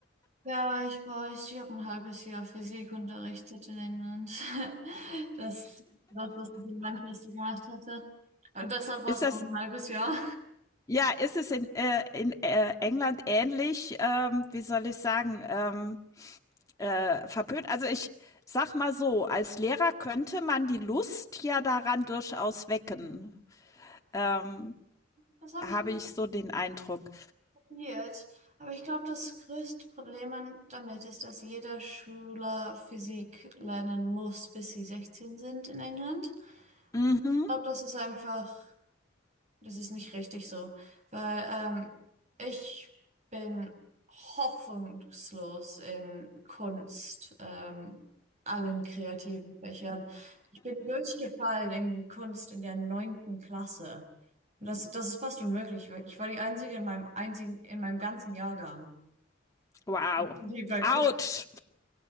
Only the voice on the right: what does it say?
Ja, ich weiß, ich habe ein halbes Jahr Physik unterrichtet in England. <laughs> Das, das, was ich in Manchester gemacht hatte. Und deshalb war
es
noch ein halbes Jahr.
Das habe
ich nie
probiert. Aber ich glaube, das größte Problem an- damit ist, dass jeder Schüler Physik lernen muss, bis sie 16 sind in England.
Ich glaube, das ist einfach. Das ist nicht richtig so, weil ähm, ich bin hoffnungslos in Kunst, ähm, allen kreativen Fächern. Ich bin durchgefallen in Kunst in der neunten Klasse. Und Das, das ist fast unmöglich, weil ich war die Einzige in meinem einzigen, in meinem ganzen Jahrgang,
die bei Kunst.